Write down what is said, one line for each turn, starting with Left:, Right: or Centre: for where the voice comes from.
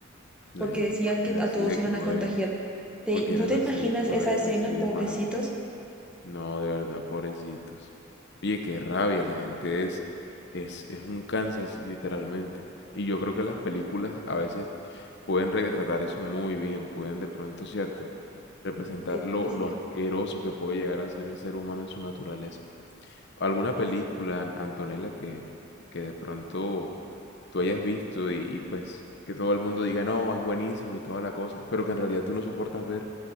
Left: la
Centre: porque
Left: gente
Centre: decían
Left: porque
Centre: que
Left: es así
Centre: a todos
Left: de
Centre: iban
Left: cruel,
Centre: a contagiar. Te-
Left: porque
Centre: ¿Tú
Left: eran
Centre: te
Left: así
Centre: imaginas
Left: de cruel,
Centre: esa escena,
Left: así de
Centre: pobrecitos?
Left: malos. No, de verdad, pobrecitos. Oye, qué rabia, la gente es, es, es un Kansas, literalmente. Y yo creo que las películas a veces pueden retratar eso muy bien, pueden de pronto, ¿cierto? Representar
Centre: Demasiado.
Left: lo, lo asqueroso que puede llegar a ser el ser humano en su naturaleza. ¿Alguna
Centre: Es-
Left: película, An- Antonella, que, que de pronto tú hayas visto y, y pues que todo el mundo diga, no, es buenísimo y toda la cosa, pero que en realidad tú no soportas ver,